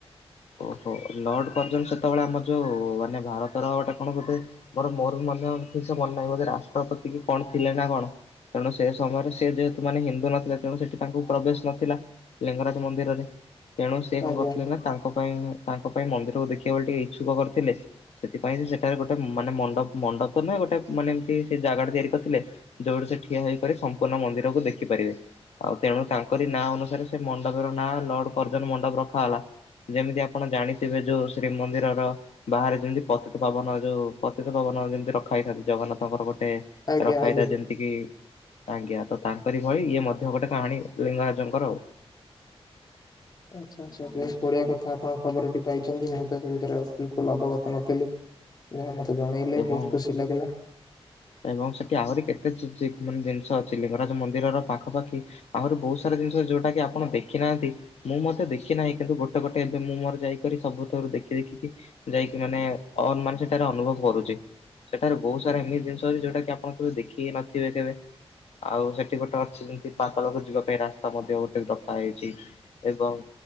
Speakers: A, on the left (about 85°); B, on the left (about 45°).
A: ଓହୋ ଲଡ କରଜନ ସେତେବେଳେ ଆମର ଯୋଉ ମାନେ ଭାରତରଟା କଣ ବୋଧେ ମୋର ମୋର ବି ମନ ଠିକ ସେ ମନେ ନାହିଁ ବୋଧେ ରାଷ୍ଟ୍ରପତି କି କଣ ଥିଲେ ନା କଣ। କାରଣ ସେ ସମୟରେ ସେ ଯେହେତୁ ମାନେ ହିନ୍ଦୁ ନଥିଲେ ତେଣୁ ସେଠି ତାଙ୍କୁ ପ୍ରବେଶ ନଥିଲା। ଲିଙ୍ଗରାଜ ମନ୍ଦିରରେ ତେଣୁ ସେ କଣ
B: ଆଜ୍ଞା
A: କରିଥିଲେ ନା ତାଙ୍କ ପାଇଁ ତାଙ୍କ ପାଇଁ ମନ୍ଦିରକୁ ଦେଖିବା ବ ଟିକେ ଇଚ୍ଛୁକ କରିଥିଲେ ସେଥିପାଇଁ ସେ ସେଠାରେ ଗୋଟେ ମାନେ ମଣ୍ଡପ ମଣ୍ଡପ ନାଁ ଗୋଟେ ମାନେ ଏମିତି ସେ ଜାଗାଟା ତିଆରି କରିଥିଲେ। ଯୋଉଠୁ ସେ ଠିଆ ହେଇକରି ସମ୍ପୂର୍ଣ୍ଣ ମନ୍ଦିରକୁ ଦେଖିପାରିବେ ଆଉ। ତେଣୁ ତାଙ୍କରି ନାଁ ଅନୁସାରେ ସେ ମଣ୍ଡପର ନାଁ ଲଡ କରଜନ ମଣ୍ଡପ ରଖାହେଲା। ଯେମିତି ଆପଣ ଜାଣିଥିବେ ଯୋଉ ଶ୍ରୀମନ୍ଦିରର ବାହାରେ ଯେମିତି ପତିତ ପବନ ଯୋଉ ପତିତ ପବନ ଯେମିତି ରଖା ହେଇଥାନ୍ତି ଜଗନ୍ନାଥଙ୍କର ଗୋଟେ
B: ଆଜ୍ଞା
A: ରଖାହିଥାଏ
B: ଆଜ୍ଞା।
A: ଯେ ସେତିକି ଆଜ୍ଞା ତ ତାଙ୍କରି ଭଳି ଇଏ ମଧ୍ୟ ଗୋଟେ କାହାଣୀ ଲିଙ୍ଗରାଜଙ୍କର ଆଉ
B: ଆଚ୍ଛା ଆଛା ବେଶ ବଢିଆ କଥା ଆପଣ ଖବରଟି ପାଇଛନ୍ତି ମୁଁ ତ ସେ ଭିତରେ ବିଲକୁଲ ଅବଗତ ନଥିଲି। ଏହା ମତେ ଜଣେଇଲେ
A: ଏବଂ
B: ବହୁତ ଖୁସି ଲାଗିଲା।
A: ଏବଂ ସେଠି ଆହୁରି କେତେ ଚି ମାନେ ଜିନିଷ ଅଛି ଲିଙ୍ଗରାଜ ମନ୍ଦିରର ପାଖାପାଖି ଆହୁରି ବହୁତ ସାରା ଜିନିଷ ଯୋଉଟା କି ଆପଣ ଦେଖି ନାହାନ୍ତି। ମୁଁ ମତେ ଦେଖି ନାହିଁ କିନ୍ତୁ ଗୋଟେ ଗୋଟେ ଏବେ ମୁଁ ମୋର ଯାଇକରି ସବୁଥରୁ ଦେଖି ଦେଖିକି ଯାଇକି ମାନେ ଅନ ମାନେ ସେଠାରେ ଅନୁଭବ କରୁଛି ସେଠାରେ ବହୁତ ସାରା ଏମିତି ଜିନଷ ଯୋଉଟା କି ଆପଣ କେବେ ଦେଖିକ ନଥିବେ କେବେ ଆଉ ସେଠି ଗୋଟେ ଅଛି ଯେମିତି ପାତାଳକୁ ଯିବା ପାଇଁ ରାସ୍ତା ମଧ୍ୟ ଗୋଟେ ରଖା ହେଇଛି। ଏବଂ